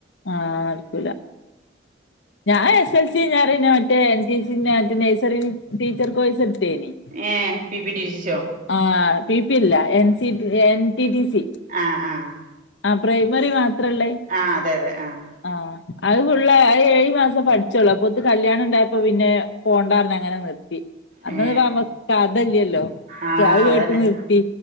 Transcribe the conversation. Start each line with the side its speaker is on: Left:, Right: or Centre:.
Left: ആഹ് നട്ക്കൂല ഞാൻ എസ് എസ് എൽ സി ഞാറീണേ മറ്റേ എൻ ടി സ മറ്റേ നഴ്സറി ടീച്ചർ കോഴ്സ് എടുത്തീനിം
Right: ഏഹ് P P T C so
Left: ആഹ് പി പി അല്ല N C N T T C
Right: ആഹ് ആഹ്
Left: ആഹ് പ്രൈമറി മാത്രല്ലേ
Right: ആഹ് അതെ അതെ ആഹ്
Left: ആഹ് അത് ഫുള്ള അത് ഏഴു മാസം പഠിച്ചൊള്ളൂ അപ്പൊത്ത് കല്യാണം ഉണ്ടായപ്പം പിന്നെ പോണ്ടാർ ഞ്‌ അങ്ങനെ നിർ ത്തി അന്നന്നുപ്പം
Right: ഏ
Left: നമ്മക്ക് കഥ ഇല്ലല്ലോ
Right: ആ
Left: ക്ക അത് കേട്ട്
Right: അതന്നെ
Left: നിർ ത്തി